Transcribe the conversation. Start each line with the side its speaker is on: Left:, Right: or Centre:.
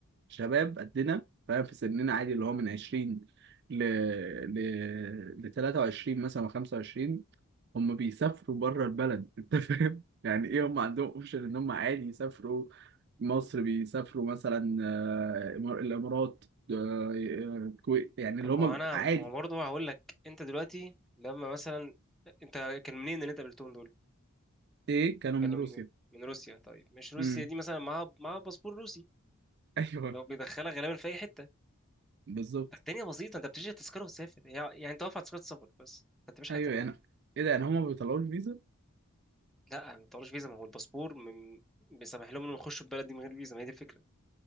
Right: شباب قدنا فاهم في سننا عادي اللي هو من 20 ل ل ل 23 مثلا و25 هم بيسافروا بره البلد <laughs> انت فاهم يعني ايه هم عندهم اوبشن ان هم عادي يسافروا مصر بيسافروا مثلا آه، إمار- الامارات آه، الكويت يعني
Centre: طب
Right: اللي
Centre: ما
Right: هم
Centre: هو انا
Right: عادي
Centre: ما هو برضه هقول لك انت دلوقتي لما مثلا انت كان منين اللي انت قابلتهم دول
Right: ايه كانوا
Centre: كانوا
Right: من روسيا
Centre: من من روسيا طيب مش روسيا
Right: امم
Centre: دي مثلا معاها معاها باسبور روسي
Right: <laughs> ايوه
Centre: لو بيدخلها غالبا في اي حته
Right: بالظبط
Centre: الدنيا بسيطه انت بتشتري تذكره وتسافر هي- يعني انت واقف على تذكره سفر بس ما بتعملش حاجه
Right: ايوه
Centre: تانية
Right: يعني ايه ده يعني هم بيطلعوا الفيزا
Centre: لا ما بتعملش فيزا ما هو الباسبور من... بيسمح لهم انهم يخشوا البلد دي من غير فيزا ما هي دي الفكره